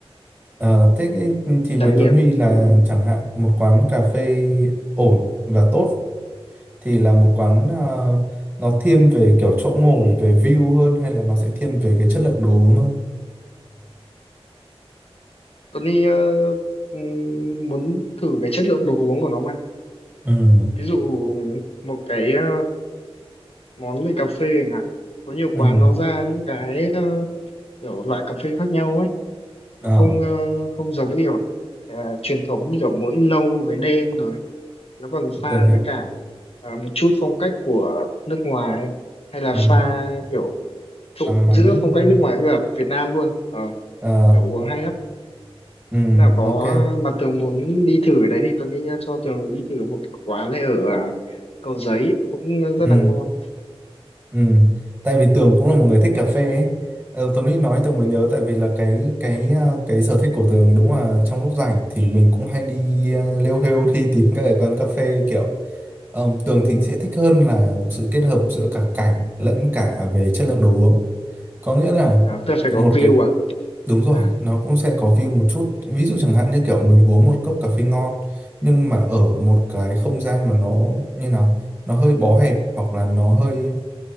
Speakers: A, on the right; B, on the left.
A: Ờ, thế cái- thì
B: trải
A: với
B: nghiệm
A: Tuấn Huy là
B: ừ.
A: chẳng hạn một quán cà phê ổn và tốt thì là một quán ờ, nó thiên về kiểu chỗ ngồi, về view hơn hay là nó sẽ thiên về cái chất lượng đồ uống hơn?
B: Tony ờ, ừm, muốn thử cái chất lượng đồ uống của nó mà.
A: ừ.
B: Ví dụ một cái ờ, món về cà phê chẳng hạn. Có nhiều
A: Ừ.
B: quán nó ra những cái ờ, kiểu loại cà phê khác nhau ấy.
A: Ờ,
B: Nó không ờ, không giống kiểu ờ, truyền thống như kiểu mỗi nâu với đen rồi. Nó còn pha
A: Tường hiểu.
B: với cả ờ, một chút phong cách của nước ngoài hay là
A: Ừ.
B: pha kiểu trộn
A: Và máy.
B: giữa phong cách
A: ờ,
B: nước ngoài với cả Việt Nam luôn. Ờ,
A: Ờ,
B: kiểu uống hay lắm.
A: ừ,
B: Thế nào có
A: ok.
B: mà Tường muốn đi thử ở đấy thì Tuấn đi nhá, cho Tường đi thử một cái quán này ở à, Cầu Giấy cũng rất
A: Ừ,
B: là ngon
A: ừ. Tại vì Tường cũng là một người thích cà phê ấy. Ờ, Tuấn Huy nói Tường mới
B: ừ.
A: nhớ tại vì là cái cái ờ, cái sở thích của Tường đúng là trong lúc rảnh thì mình cũng hay đi ờ, lêu hêu đi tìm các cái quán cà phê kiểu um, Tường
B: ừ.
A: thì sẽ thích hơn là sự kết hợp giữa cả cảnh lẫn cả về chất lượng đồ uống. Có nghĩa là
B: à, tôi phải
A: một
B: có view
A: cái
B: à
A: Đúng rồi,
B: à,
A: nó cũng sẽ có view một chút. Ví dụ chẳng hạn như kiểu mình uống một cốc cà phê ngon nhưng mà ở một cái không gian mà nó như nào, nó hơi bó hẹp hoặc là nó hơi